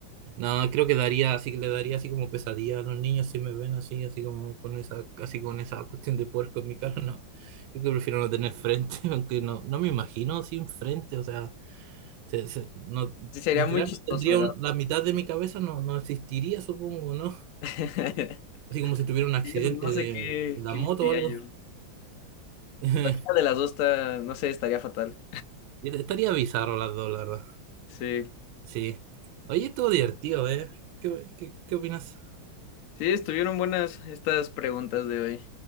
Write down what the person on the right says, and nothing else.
No, creo que daría, así que le daría así como pesadilla a los niños si me ven así, así como con esa, así con esa cuestión de puerco en mi cara, no. Creo que prefiero no tener frente, <laughs> aunque no, no me imagino sin frente, o sea, se- se- no,
literal
no tendría
un- la mitad de mi cabeza no, no existiría, supongo, ¿no?
Así como si tuviera un accidente
de,
de la
moto
o algo.
<laughs>
Estaría bizarro las dos, la verdad.
Sí. Oye, todo divertido, ¿eh? ¿Qué, qué, qué opinas?